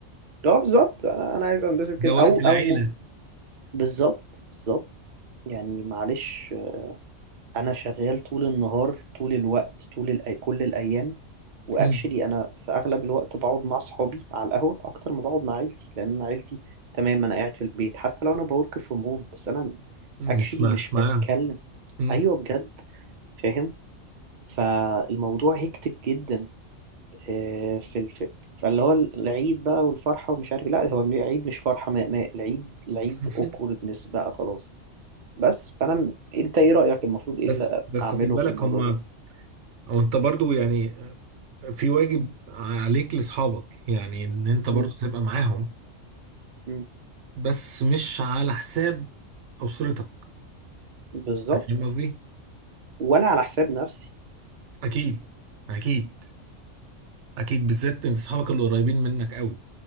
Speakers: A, on the right (about 55°); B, on the right (about 70°).
A: اه بالظبط انا انا عايز انبسط
B: ده
A: كده
B: وقت
A: او او
B: العيلة
A: م... بالظبط بالظبط يعني معلش انا شغال طول النهار طول الوقت طول الأي... كل الايام واكشلي
B: مم.
A: انا في اغلب الوقت بقعد مع اصحابي على القهوه اكتر ما بقعد مع عيلتي لان أنا عيلتي تمام انا قاعد في البيت حتى لو انا بورك فروم هوم بس انا
B: مش
A: اكشلي
B: مش
A: مش
B: معاهم
A: بتكلم
B: مم.
A: ايوه بجد فاهم فالموضوع هيكتك جدا آه، في الف... فاللي هو العيد بقى والفرحة ومش عارف إيه. لا هو العيد مش فرحة ما... ما... العيد العيد
B: <laughs>
A: awkwardness بقى خلاص بس فأنا م- أنت إيه رأيك المفروض إيه اللي
B: بس بس
A: أعمله
B: خد بالك
A: في الموضوع
B: هم
A: ده؟
B: وانت برضو يعني في واجب عليك لاصحابك يعني ان انت
A: مم.
B: برضو تبقى معاهم
A: مم.
B: بس مش على حساب اسرتك
A: بالظبط
B: فاهم قصدي
A: ولا على حساب نفسي
B: اكيد اكيد اكيد بالذات ان اصحابك اللي قريبين منك قوي